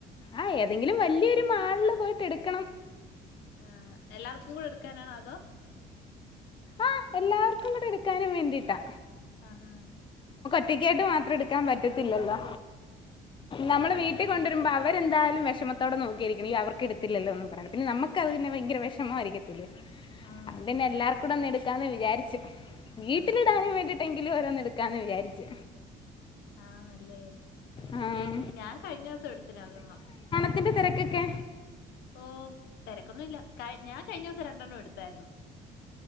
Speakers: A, on the left; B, on the left.
A: ആഹ് ഏതെങ്കിലും വല്ല്യോരു മാൾല് പോയിട്ട് എടുക്കണം
B: ആഹ് എല്ലാർക്കും കൂടെ എടുക്കാനാണോ അതോ
A: ആഹ് എല്ലാർക്കും കുടെ എടുക്കാനും വേണ്ടിട്ടാ
B: ആഹ് ഹ
A: ട്ടിക്കേട്ട് മാത്രം എടുക്കാൻ പറ്റത്തില്ലല്ലോ. നമ്മൾ വീട്ടിൽ കൊണ്ടൊരുമ്പോ ആവ് വരെന്തായാലും വെഷമത്തോടെ നോക്കിയിരിക്ണ്. ഈ അവർക് എടുത്തില്ലല്ലോ ഒന്നും പറയണം. പിന്നെ നമുക്കത് പിന്നെ ഭയങ്കര വെഷമമായിരിക്കത്തില്ലേ
B: ആഹ്
A: അടെന്നെ എല്ലാർ കൂടെ ഒന്ന് എടുക്കാന്ന് വിചാരിച്ചു. വീട്ടിലിടാനും
B: ആഹ്
A: വേണ്ടി ട്ടെങ്കിലു രോന്ന് എടുക്കാന്ന് വിചാരിച്ച്
B: ആണല്ലേ
A: ആം.
B: ഞേ ഞാൻ കഴിഞ്ഞോസം എടുത്ത് രണ്ടെണ്ണം
A: ന്തിന്റെ തിരക്കൊക്കെ
B: ഓഹ് തിരക്കൊന്നും ഇല്ല. കായ് ഞാൻ കഴിഞ്ഞോസം രണ്ടെണ്ണം എടുത്തായിരുന്നു.